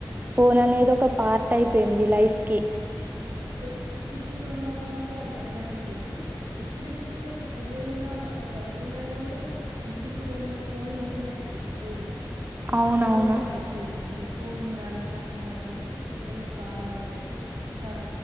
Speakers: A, on the right (about 25°); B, on the right (about 80°).
A: ఫోన్ అనేది ఒక పార్ట్ అయిపోయింది లైఫ్ కి
B: ఆ ఎక్కువ సిటీ లో ఉన్న వాళ్ళకే అట్లా అలవాటు అయిపోయింది ఎప్పుడప్పుడు తెలినా వాల పల్లెలలో కూడా ఇంటికి రెండు మూడు ఫన్లు ఉ న్నాయి మేడ ఇప్పుడు కూడా
A: అవునవును
B: అట్లా కూడా అయిపోయింది. ఫోన్ ఉండాలి ఫోన్ ఉండాలి అనేసి పిల్లలకు బాగా అలవాటు అపోయి తన